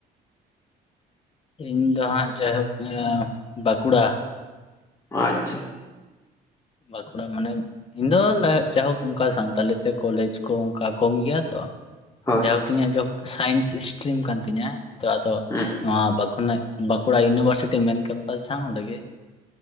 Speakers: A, on the left; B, on the left.
A: ᱤᱧ ᱫᱚ ᱦᱟᱸᱜ ᱡᱟᱭᱦᱳᱠ ᱵᱟᱸᱠᱩᱲᱟ᱾
B: ᱟᱪᱪᱷᱟ!
A: ᱵᱟᱺᱠᱩᱲᱟ ᱢᱟᱱᱮ ᱤᱧ ᱫᱚ ᱞᱟᱦᱟ ᱡᱟᱭᱦᱳᱠ ᱚᱱᱠᱟ ᱥᱟᱱᱛᱟᱞᱤ ᱛᱮ ᱠᱚᱞᱮᱡᱽ ᱠᱚ ᱚᱱᱠᱟ ᱠᱚᱢ ᱜᱮᱭᱟ ᱛᱚ!
B: ᱦᱳᱭ
A: <unintelligible> ᱤᱧᱟᱹᱜ ᱫᱚᱸᱥᱟᱭᱮᱱᱥ ᱤᱥᱴᱤᱨᱤᱢ ᱠᱟᱱ ᱛᱤᱧᱟᱹᱛᱚ ᱟᱫᱚ
B: ᱦᱩᱸ
A: ᱱᱚᱣᱟᱠ ᱵᱟᱼᱼᱼ ᱠᱷᱚᱱᱟᱜ ᱵᱟᱸᱠᱩᱲᱟ ᱤᱭᱱᱩᱵᱷᱟᱨᱥᱤᱴᱤ ᱢᱮᱱ ᱠᱮᱢᱯᱟᱥ ᱡᱟᱦᱟᱸ ᱚᱸᱰᱮ ᱜᱮ